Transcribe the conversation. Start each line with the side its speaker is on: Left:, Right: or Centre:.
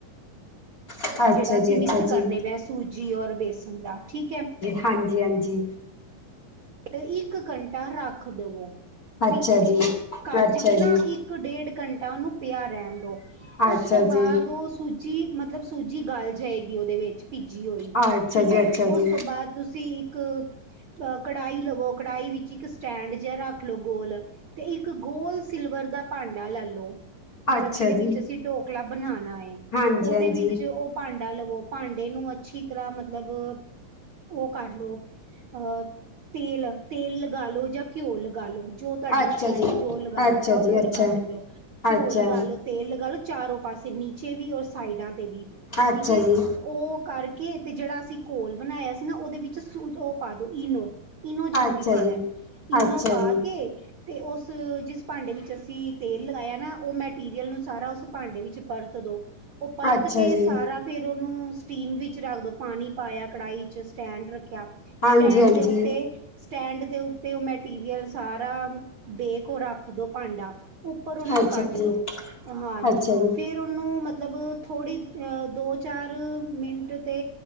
Left: ਅੱਛਾ
Right: ਜਿਹੜਾ ਅਸੀਂ
Left: ਜੀ ਅੱਛਾ
Right: ਮਿਕਸ ਕਰਨੇ
Left: ਜੀ
Right: ਪਏ, ਸੂਜੀ ਔਰ ਬੇਸਨ ਦਾ ਠੀਕ ਹੈ।
Left: ਹਾਂਜੀ-ਹਾਂਜੀ
Right: ਇੱਕ ਘੰਟਾ ਰੱਖ ਦੋ,
Left: ਹਾਂਜੀ
Right: ਭਿੱਜ ਕੇ, ਕੱਜ
Left: ਅੱਛਾ
Right: ਕੇ ਨਾ
Left: ਜੀ
Right: ਇੱਕ ਇੱਕ ਡੇਢ ਘੰਟਾ ਉਹਨੂੰ ਪਿਆ ਰਹਿਣ ਦੋ।
Left: ਅੱਛਾ
Right: ਉਸ ਤੋਂ ਬਾਅਦ
Left: ਜੀ
Right: ਉਹ ਸੂ ਜੀ ਮਤਲਬ, ਸੂਜੀ ਗੱਲ ਜਾਏਗੀ ਉਹਦੇ ਵਿੱਚ ਭਿੱਜੀ ਹੋਈ।
Left: ਅੱਛਾ
Right: ਠੀਕ
Left: ਜੀ
Right: ਹੈ
Left: ਅੱਛਾ ਜੀ
Right: ਉਸ ਤੋਂ ਬਾਅਦ ਤੁਸੀਂ ਇੱਕ ਕਢਾਹੀ ਲਵੋ ਕੜਾਹੀ ਵਿੱਚ ਇੱਕ ਸਟੈਂਡ ਜਿਹਾ ਰੱਖ ਲੋ। ਗੋਲ ਤੇ ਇੱਕ ਗੋਲ ਸਿਲਵਰ ਦਾ ਭਾਂਡਾ ਲੈ ਲੋ। ਮਤਲਬ
Left: ਅੱਛਾ
Right: ਜਿਹਦੇ
Left: ਜੀ
Right: ਵਿੱਚ
Left: ਅੱਛਾ ਜੀ
Right: ਅਸੀਂ ਢੋਕਲਾ ਬਣਾਣਾ ਹੈ।
Left: ਹਾਂਜੀ
Right: ਉਹਦੇ
Left: ਹਾਂਜੀ
Right: ਵਿੱਚ ਉਹ ਭਾਂਡਾ ਲਵੋ, ਭਾਂਡੇ ਨੂੰ ਅੱਛੀ ਤਰ੍ਹਾਂ ਮਤਲਬ ਉਹ ਕਰ ਲੋ, ਅਹ ਤੇਲ, ਤੇਲ ਲਗਾ ਲੋ ਜਾਂ ਘਿਓ ਲਗਾ ਲੋ। ਜੋ ਤੁਹਾਡੀ
Left: ਅੱਛਾ
Right: ਇੱਛਾ ਹੈ
Left: ਜੀ
Right: ਜੋ ਲਗਾਉਣਾ
Left: ਅੱਛਾ
Right: ਚਾਹੋ
Left: ਜੀ
Right: ਉਹ
Left: ਅੱਛਾ
Right: ਲਗਾ ਸਕਦੇ ਹੋ। ਘਿਓ
Left: ਅੱਛਾ
Right: ਲਗਾ ਲੋ ਤੇਲ ਲਗਾ ਲੋ ਚਾਰੋ ਪਾਸੇ ਨੀਚੇ ਵੀ ਔਰ ਸਾਈਡਾਂ ਤੇ ਵੀ ਠੀਕ
Left: ਅੱਛਾ
Right: ਹੈ।
Left: ਜੀ
Right: ਉਹ ਕਰਕੇ। ਤੇ ਜਿਹੜਾ ਅਸੀਂ ਘੋਲ ਬਣਾਇਆ ਸੀ ਨਾ ਉਹਦੇ ਵਿੱਚ ਸ ਉਹ ਪਾ ਦੋ ਇਨੋ। ਇਨੋ ਜ਼ਰੂਰੀ
Left: ਅੱਛਾ
Right: ਪਾਉਣਾ।
Left: ਜੀ
Right: ਇਨੋ
Left: ਅੱਛਾ
Right: ਪਾ
Left: ਜੀ
Right: ਕੇ ਤੇ, ਉਸ ਜਿਸ ਭਾਂਡੇ ਵਿੱਚ ਅਸੀਂ ਤੇਲ ਲਗਾਇਆ ਨਾ ਉਹ ਮੈਟੀਰੀਅਲ ਨੂੰ ਸਾਰਾ ਉਸ ਭਾਂਡੇ ਵਿੱਚ ਪਰਤ ਦੋ, ਉਹ ਪਰਤ
Left: ਅੱਛਾ
Right: ਕੇ
Left: ਜੀ
Right: ਸਾਰਾ ਫੇਰ ਉਹਨੂੰ ਸਟੀਮ ਵਿੱਚ ਰੱਖ ਦੋ, ਪਾਣੀ ਪਾਇਆ ਕੜਾਹੀ ਚ ਸਟੈਂਡ ਰੱਖਿਆ,
Left: ਹਾਂਜੀ
Right: ਸਟੈਂਡ
Left: ਹਾਂਜੀ
Right: ਦੇ ਉੱਤੇ ਸਟੈਂਡ ਦੇ ਉੱਤੇ ਉਹ ਮਟੀਰੀਅਲ ਸਾਰਾ ਦੇਕੇ ਰੱਖ ਦੋ ਭਾਂਡਾ ਉੱਪਰ ਉਹਨੂੰ
Left: ਅੱਛਾ
Right: ਕੱਜ
Left: ਜੀ
Right: ਦੋ। ਹਾਂਜੀ
Left: ਅੱਛਾ
Right: ਫਿਰ
Left: ਜੀ
Right: ਫਿਰ ਉਹਨੂੰ ਮਤਲਬ ਥੋੜ੍ਹੀ ਦੋ ਚਾਰ ਮਿੰਟ ਤੇ